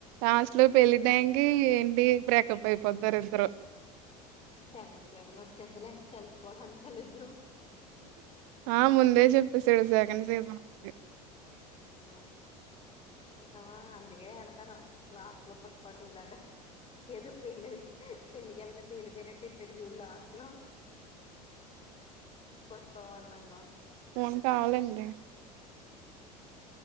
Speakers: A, on the right; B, on the left.
A: లాస్ట్ లో పెళ్లి టైమ్కి ఏంటి బ్రేకప్ అయిపోతారు ఇద్దరు
B: సెకండ్ సీజన్ వచ్చిద్లే కలిసిపోడానికి వాళ్ళిద్దరు
A: ఆ ముందే చెప్పేసాడు సెకండ్ సీజన్ ఉందని
B: అవునా ఇంకా అందుకే ఎడతారు లాస్ట్లో పుష్ప టూ లాగా ఏదో పెళ్ళి అయిపోద్ది పెళ్లికెళ్తే పేలిపోయినట్టు ఇట్టడు చూడు లాస్ట్ లో పుష్ప వన్నులో
A: ఫోన్ కావాలండి